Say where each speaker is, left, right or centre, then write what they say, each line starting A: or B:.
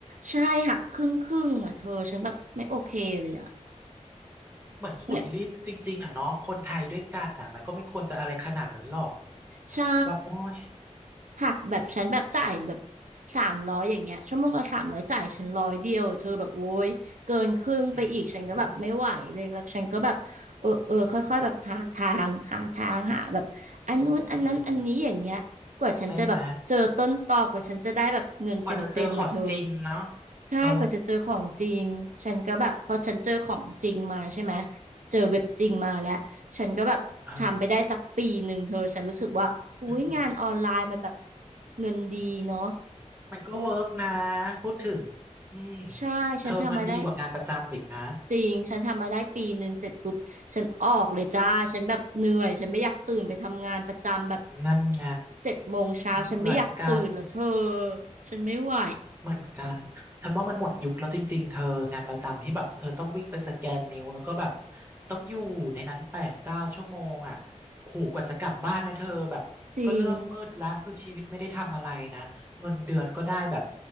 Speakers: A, on the right; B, on the right.
A: ใช่หักครึ่งครึ่งอะเธอฉันแบบไม่โอเคเลยอะ
B: เหมือนขุดรีดจริงๆอ่ะเนาะคนไทยด้วยกันน่ะมันก็ไม่ควรจะอะไรขนาดนั้นหรอก
A: ไม่ใช่
B: แบบโอ้ย
A: หักแบบฉันแบบจ่ายแบบสามร้อยอย่างเงี้ยชั่วโมงละสามร้อยจ่ายฉันร้อยเดียวอะเธอแบบโว้ยเกินครึ่งไปอีกฉันก็แบบไม่ไหวเลยแล้วฉันก็แบบเออเออค่อยๆแบบหาทางหาทางหาแบบอันนู้นอันนั้นอันนี้อย่างเงี้ยกว่าฉันจะแบบเจอต้นตอกว่าฉันจะได้แบบเงินเต็มเต็มมาเธอ
B: อืมเออใช่ไหมกว่าจะเจอของจริงเนาะ
A: ใช่กว่าจะเจอของจริงฉันก็แบบพอฉันเจอของจริงมาใช่ไหม
B: เออ
A: เจอเว็บจริงมาแล้ว ฉันก็แบบทำไปได้สักปีหนึ่งเธอฉันรู้สึกว่าอุ้ยงานออนไลน์มันแบบ
B: อ่าอืม
A: เงินดีเนาะ
B: ๆมันก็เวิร์กนะพูดถึงอืม
A: ใช่ฉันทำมาได้
B: เธอเงินดีกว่างานประจำอีกนะ
A: จริง ฉันทำมาได้ปีหนึ่งเสร็จปุ๊บฉันออกเลยจ้า ฉันแบบเหนื่อย ฉันไม่อยากตื่นไปทำงานประจำแบบ
B: นั่นไง
A: เจ็ดโมงเช้าฉันไม่อยากตื่นแล้วเธอ
B: เหมือนกัน
A: ฉันไม่ไหว
B: เหมือนกัน ฉันว่ามันหมดยุคแล้วจริงๆ เธองานประจำที่แบบเธอต้องวิ่งไปสแกนนิ้วแล้วก็แบบต้องอยู่ในนั้นแปดเก้าชั่วโมงอ่ะขู่กว่าจะกลับบ้านนะเธอแบบก็เริ่มมืดละคือชีวิตไม่ได้ทำอะไรนะเงินเดือนก็ได้แบบ
A: จริง